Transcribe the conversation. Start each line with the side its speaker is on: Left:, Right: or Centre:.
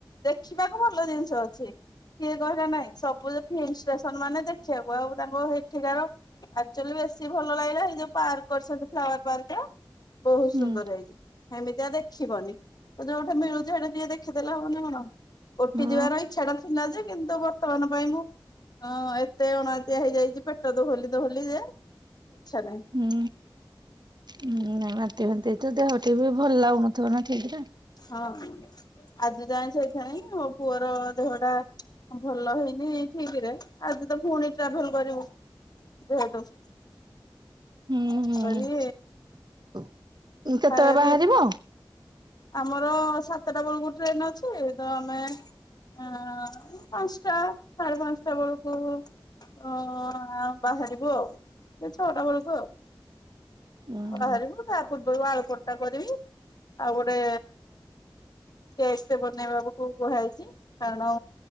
Left: ଦେଖିବାକୁ ଭଲ ଜିନିଷ ଅଛି। କିଏ କହିଲା ନାଇଁ ସବୁ ଫିଲ୍ମ ଷ୍ଟେସନ ମାନେ ଦେଖିବାକୁ ଆଉ ତାଙ୍କ ସେଠିକାର। ଆକ୍ଚୁଆଲି ବେଶୀ ଭଲ ଲାଗିଲା ସେଇ ଯୋଉ ପାର୍କ କରିଛନ୍ତି ପ୍ଲାୱର ପାର୍କରେ ବହୁତ ସୁନ୍ଦର
Right: ହୁଁ
Left: ହେଇଛି ହେମିତିଆ ଦେଖ ଦେଖିବନି ତ ଯୋଉଟେ ମିଳୁଛି ହେ ଟିକେ ଦେଖିଦେଲେ ହବ ନା କଣ ଓଟି
Right: ହୁଁ
Left: ଯିବାର ଇଚ୍ଛା ଟା ଥିଲା ଯେ କିନ୍ତୁ ବର୍ତ୍ତମାନ ପାଇଁ ମୁଁ ଅଁ ଏତେ ଅଣାଦିଆ ହେଇଯାଇଛି ପେଟ ଦୋହଲି ଦହଲି ଯେ ଇଚ୍ଛା ନାଈଁ
Right: ହୁଁ ହୁଁ ନାଇଁ ବାନ୍ତି ଭାନ୍ତି ତ ଦେହ ଟିକ ବି ଭଲ ଲାଗୁନଥିବ ନା ଠିକ୍ ରେ
Left: ହଁ ଆଜି ଯାଏଁ ସେଇଥିପାଇଁ ଆଉ ପୁଅର ଦେହ ଟା ଭଲ ହେଇନି ଠିକ୍ ରେ ଆଜି ତ ପୁଣି ଟ୍ରାଭେଲ କରିବୁ ଯେହେତୁ
Right: ହୁଁ
Left: ତେଣୁକରି
Right: ହୁଁ କେତେବେଳେ
Left: ଖାଇବା ବି
Right: ବାହାରିବ?
Left: ଆମର ସାତଟା ବେଳକୁ ଟ୍ରେନ ଅଛି ତ ଆମେ ହ ପାଞ୍ଚଟା ସାଢେ ପାଞ୍ଚଟା ବେଳକୁ ଓ ଆ ବାହାରିବୁ ଆଉ ଛଅଟା ବେଳକୁ ଆଉ
Right: ଉୁଁ
Left: ବାହାରିବୁ
Right: ହୁଁ
Left: ତା ପୂର୍ବରୁ ଆଳୁ ପରଟା କରିବି ଆଉ ଗୋଟେ ପେଷ୍ଟ ଟେ ବନେଇବା କୁ କୁହାଯାଇଛି କାରଣ